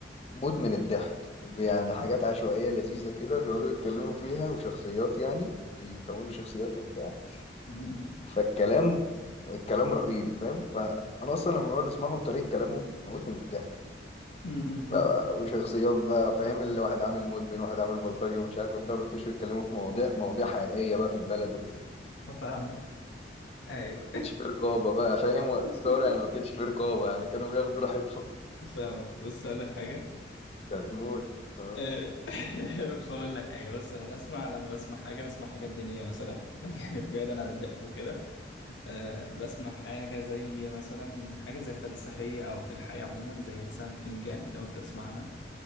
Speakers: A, on the left; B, on the left.
A: موت من الضحك يعني حاجات عشوائيه لذيذه كده بيقعدوا يتكلموا فيها وشخصيات يعني بيكونوا شخصيات وبتاع
B: مم.
A: فالكلام الكلام رهيب فاهم فانا اصلا لما بقعد اسمعهم طريقه كلامهم بتموتني من الضحك
B: مم. مم.
A: ف... وشخصيات بقى فاهم اللي واحد عامل مدمن واحد عامل بلطجي ومش عارف وبتاع بيخشوا يتكلموا في مواضيع مواضيع حقيقية بقى في البلد وكده
B: فاهمك ايوه
A: ما كانش في رقابة بقى فاهم وقت الثورة
B: <laughs>
A: يعني ما كانش في رقابة يعني كانوا بياخدوا راحتهم
B: فاهمك بص هقول لك حاجه
A: <laughs> كانت موت آه.
B: آه، <laughs> فاقول لك حاجه بص انا بسمع لما بسمع حاجه بسمع حاجات دينيه مثلا <laughs> يعني بعيدا عن الضحك وكده أه بسمع حاجه زي مثلا حاجه زي فلسفيه او في الحياه عموما زي مثلا فنجان لو انت تسمعنا